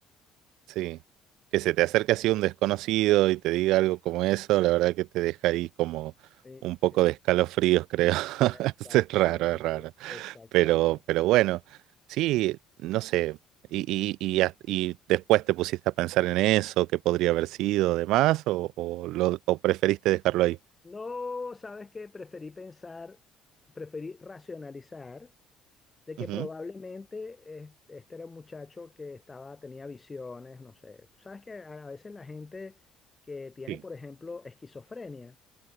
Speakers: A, on the right (about 70°); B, on the left (about 20°).
A: sí, que se te acerque así un desconocido y te diga algo como eso, la verdad que te deja ahí como
B: Sí,
A: un poco
B: sí,
A: de escalofríos, creo. <laughs>
B: exactamente,
A: Es raro, es raro.
B: exactamente.
A: Pero, pero bueno, sí, no sé. Y, y, y, hasta- y después te pusiste a pensar en eso, qué podría haber sido, demás, o, o, lo, o preferiste dejarlo ahí.
B: No, ¿sabes que Preferí pensar, preferí racionalizar de que
A: Ujú,
B: probablemente es- este era un muchacho que estaba, tenía visiones, no sé. Tú sabes que a a veces la gente que tiene,
A: Sí.
B: por ejemplo, esquizofrenia,